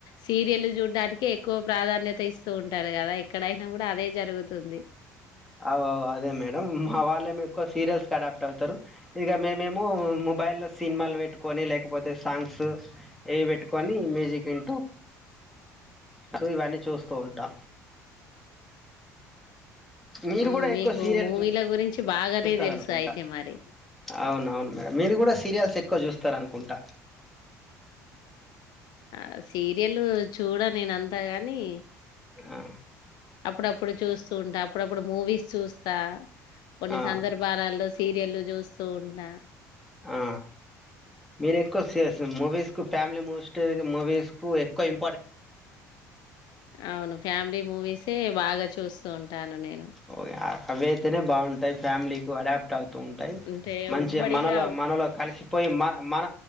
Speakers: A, on the left; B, in the centre.
A: సీరియల్ చూడ్డానికి ఎక్కువ ప్రాధాన్యత ఇస్తూ ఉంటారు కదా ఎక్కడైనా కూడా అదే జరుగుతుంది
B: అవు అవు అదే మేడం మా వాళ్ళే ఎక్కువ సీరియల్స్ క అడాప్ట్ అవుతారు ఇక మేమేమో మొబైల్ లో సినిమాలు పెట్టుకని లేకపోతే అ సాంగ్స్ ఏవి పెట్టుకొని మ్యూజిక్ వింటూ సూ ఇవన్నీ చూస్తూ ఉంటా మీరు
A: హ్మ్
B: కూడా ఎక్కువ
A: మీకు
B: సీరియల్
A: మూవీల
B: చూ
A: గురించి బాగానే
B: చూస్తార
A: తెలుసు
B: అనుకుంటా
A: అయితే మరి
B: అవున అవును మేడం మీరు కూడా సీరియల్స్ ఎక్కువ చూస్తారనుకుంటా
A: ఆ సీరియల్ చూడా నేన అంతా గాని
B: ఆ
A: అప్పుడప్పుడు చూస్తూ ఉంటా అప్పుడప్పుడు మూవీస్ చూస్తా కొన్ని
B: ఆ
A: సందర్భాలలో సీరియల్ చూస్తూ ఉంట
B: ఆ మీరు ఎక్కువ సీరి మూవీస్ కు ఫ్యామిలీ మూస్ట్ మూవీస్ కు ఎక్కువ ఇం
A: అవును ఫ్యామిలీ మూవీసే బాగా చూస్తూ ఉంటాను నేను
B: ఓ అవి అయితేనే బాగుంటాయి ఫ్యామిలీకు అడాప్ట్ అవుతూ ఉంటాయి
A: అంటే
B: మంచిగా
A: ఉమ్మడిగా
B: మనలో మనలో కలిసిపోయి మన మన